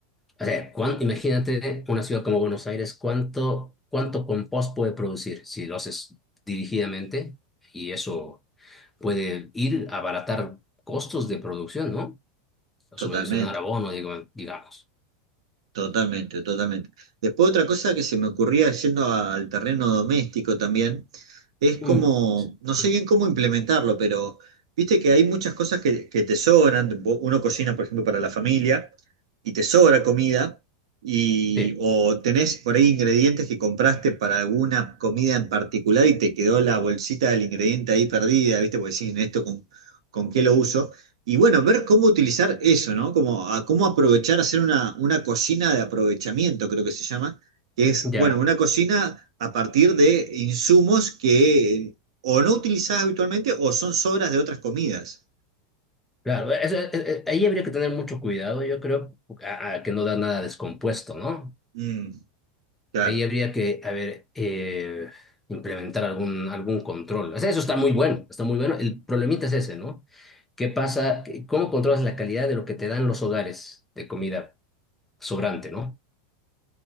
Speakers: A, in the centre; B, on the right (about 80°).
A: O sea, cuán- imagínate una ciudad como Buenos Aires, cuánto, cuánto compost puede producir si lo haces dirigidamente y eso puede ir a abaratar costos de producción, ¿no? Subvencionar
B: Totalmente,
A: abono, digo, digamos.
B: totalmente, totalmente. Después otra cosa que se me ocurría yendo a- al terreno doméstico también, es como,
A: Mm, sí,
B: no sé
A: sí, sí.
B: bien cómo implementarlo, pero viste que hay muchas cosas que, que te sobran, vo- uno cocina, por ejemplo, para la familia y te sobra comida, y,
A: Sí,
B: o tenés por ahí ingredientes que compraste para alguna comida en particular y te quedó la bolsita del ingrediente ahí perdida, viste, porque decís, esto con, con qué lo uso. Y bueno, ver cómo utilizar eso, ¿no? Como, a, cómo aprovechar, hacer una, una cocina de aprovechamiento, creo que se llama, que es,
A: ya,
B: bueno, una cocina a partir de insumos que o no utilizás habitualmente o son sobras de otras comidas.
A: claro. eso- eh, eh, ahí habría que tener mucho cuidado, yo creo, a, a que no da nada descompuesto, ¿no?
B: Mm, claro.
A: Ahí habría que, a ver, eh, implementar algún, algún control. O sea, eso está muy bueno, está muy bueno. El problemita es ese, ¿no? ¿Qué pasa? ¿Cómo controlas la calidad de lo que te dan los hogares de comida sobrante, ¿no?